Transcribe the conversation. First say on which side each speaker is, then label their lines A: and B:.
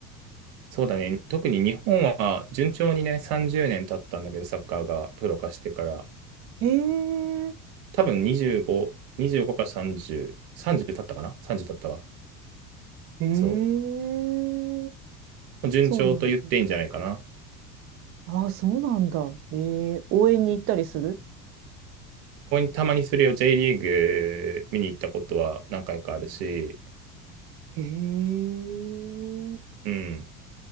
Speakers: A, on the right (about 45°); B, on the right (about 30°).
A: そうだね。特に日本は、順調にね、30年経ったんだけど、サッカーがプロ化してから。
B: へえ、
A: 多分25、25か30、30経ったかな ?30 経ったわ。
B: へえ、
A: そう。順調と言っていいんじゃないかな。
B: そうなんだ。ああ、そうなんだ。ええ、応援に行ったりする
A: たまにそれを J リーグ見に行ったことは何回かあるし、
B: へえ。
A: うん。